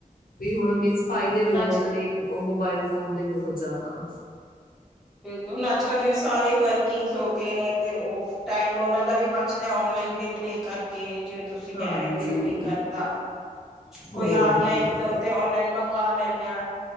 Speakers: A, on the left (about 80°); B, in the centre.
A: ਵੀ ਹੁਣ ਮਿਨਸ ਫ਼ਾਇਦੇ
B: ਹੁਣ
A: ਬਹੁਤ
B: ਅੱਜ
A: ਨੇ ਉਹ ਮੋਬਾਇਲ ਫੋਨ ਦੇ ਬਹੁਤ ਜ਼ਿਆਦਾ।
B: ਬਿਲਕੁਲ ਹੁਣ ਅੱਜ ਕੱਲ ਜਿਵੇਂ ਸਾਰੇ ਬ ਕਿੰਗਸ ਹੋ ਗਏ ਨੇ ਤੇ ਉਹ ਟਾਈਮ ਉਹਨਾਂ ਦਾ ਵੀ ਬਚਦਾ ਓਨਲਾਈਨ ਬਿੱਲ ਪੇ ਕਰਕੇ। ਜਿਵੇਂ ਤੁਸੀਂ
A: ਹਾਂਜੀ
B: ਕਹਿ ਰਹੇ ਹੋ ਬਿੱਲ ਪੇ ਕਰਤਾ। ਕੋਈ
A: ਹੋਰ
B: ਆ ਗਿਆ
A: ਕਿਆ।
B: ਇਕਦਮ ਤੇ ਔਨਲਾਈਨ ਮੰਗ ਮਂਗਾ ਲੈਂਨੇ ਆ।